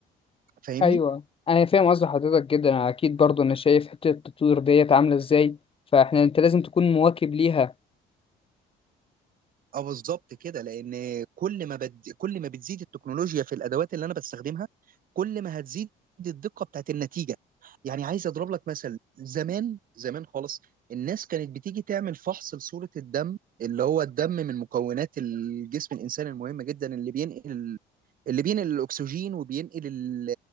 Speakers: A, on the right; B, on the left.
A: فاهمني
B: ايوه انا فاهم قصد حضرتك جدا أنا اكيد برضو انا شايف حتة التطوير ديت عاملة ازاي فاحنا انت لازم تكون مواكب ليها
A: اه بالظبط كده لان كل ما بد... كل ما بتزيد التكنولوجيا في الادوات اللي انا بستخدمها كل ما هتزيد الدقه بتاعت النتيجه يعني عايز اضرب لك مثل زمان زمان خالص الناس كانت بتيجي تعمل فحص لصوره الدم اللي هو الدم من مكونات الجسم الانساني المهمه جدا اللي بينقل اللي بينقل الاكسجين وبينقل ال-